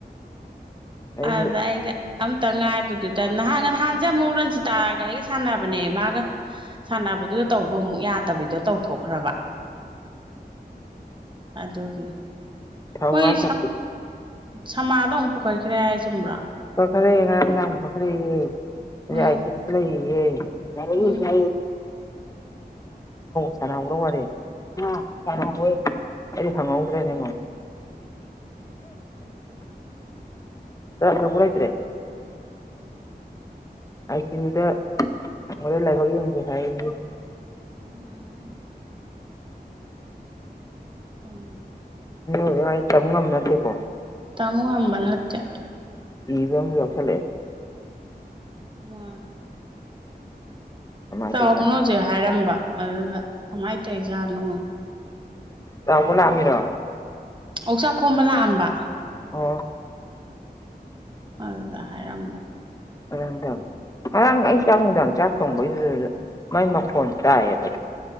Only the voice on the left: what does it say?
ꯑꯩꯗꯤ
ꯊꯧꯋꯥ
ꯁꯥ
ꯈꯣꯏ ꯈꯔ ꯂꯩꯌꯦꯦ ꯉꯥꯡꯗꯥ ꯈꯔ ꯈꯔ ꯂꯩꯌꯦꯦ ꯑꯩ
ꯑꯥꯏ ꯁꯤ ꯈ ꯂꯩꯌꯦꯦ ꯕꯒꯤꯡꯗ
ꯆꯅ ꯍꯥꯡ꯭ꯔꯣꯔ ꯑ ꯑꯔ ꯑꯣꯏꯣꯏ ꯑꯩ ꯍꯪꯉꯧꯗ꯭ꯔꯦꯅꯦ ꯐꯔꯣꯏꯇꯦ ꯑꯥꯏ ꯁꯤ ꯌꯨꯗ ꯊꯕꯗ ꯂꯥꯏꯕ ꯌꯦꯡꯁꯦ ꯍꯥꯏ <inaudible>
ꯎ ꯑꯩ ꯆꯝ ꯉꯝꯃꯦꯠꯇꯦꯀꯣ
ꯏꯕ ꯃꯛ ꯐꯦ
ꯀꯃꯥꯏꯅ
ꯇꯧꯖꯥꯠꯅꯣ
ꯇꯕꯨꯅ ꯑꯃꯔꯣ
ꯑꯣ
ꯑꯗ ꯉꯔꯥꯡ ꯑꯩ ꯆꯥꯛ ꯅꯨꯡꯗꯥꯡ ꯆꯥꯛ ꯊꯣꯡꯕꯩꯁꯤꯗ ꯃꯥꯏ ꯃꯈꯣꯟ ꯇꯥꯏꯌꯦꯕ